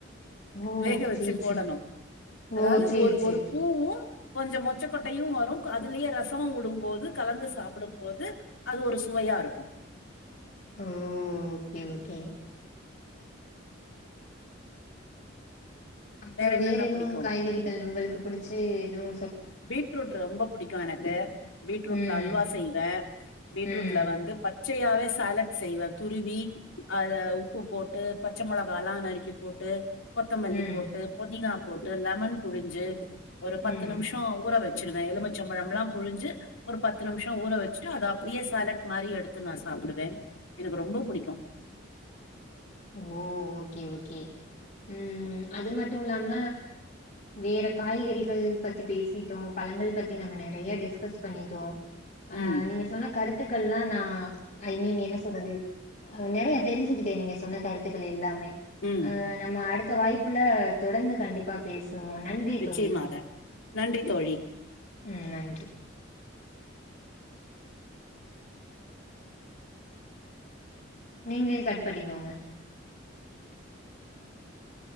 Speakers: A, on the left (about 45°); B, on the left (about 80°).
A: ஓ
B: வேக வெச்சு
A: சேரி
B: போடணு
A: சேரி
B: அதாவது
A: ஓ சேரி
B: ஒரு
A: சேரி
B: ஒரு பூவு கொஞ்சோ மொச்சக்கொட்டையும் வரு அதுலயே ரசமும் வுடும்போது கலந்து சாப்பிடும் போ து அது ஒரு சுவையா இருக்கு
A: ம் ஓகே ஓகே அப்புறோ
B: என்னென்ன
A: வேற எதுவு
B: பிடிக்கும்?
A: காய்கறிகள் உங்களுக்கு பிடிச்சு எதுவு
B: பீட்ரூட் ரொம்ப பிடிக்கும் எனக்கு பீட்ரூட்ல
A: ம்
B: அல்வா செய்வே பீட்ரூட்ல
A: ம்
B: வந்து ப ச்சையாவே சேலட் செய்வே துருவி அதுல உப்பு போட்டு பச்ச மொளகா எல்லா நறுக்கிப் போட்டு கொத்தமல்லி
A: ம்
B: போட்டு பொதினா போட்டு லெமன் புழிஞ்சு ஒரு பத்து
A: ம்
B: நிமிஷ் சோ ஊற வச்சுருவே எலுமிச்சம் பழம் லாம் புழிஞ்சு ஒரு பத்து நிமிஷோ ஊற வச்சுட்டு அத அப்டியே சேலட் மாதிரி எடுத்து நா சாப்பிடுவே எனக்கு ரொம்ப புடிக்கு
A: ஓ ஓகே ஓகே ம் அது மட்டு இல்லாம வேற காய்கறிகள் பத்தி பேசிட்டோ பழங்கள் பத்தி நம்ம நெறைய டிஸ்கஸ் பண்ணிட்டோ ஆ
B: ம்
A: நீங்க சொன்ன கருத்துக்கள் எல்லா நா ஐ மீன் என்ன சொல்றது நெறைய தெரிஞ்சுகிட்டே நீங்க சொன்ன கருத்துக்கள் எல்லாமே
B: ம்
A: ஆ நம்ம அடுத்த வாய்ப்பில தொடர்ந்து கண்டிப்பாக பேஸ் ரொம்ப நன்றி
B: நிச்சயமாக
A: தோழி
B: நன்றி தோழி
A: ம் நன்றி நீங்களே கட் பண்ணிக்கோங்க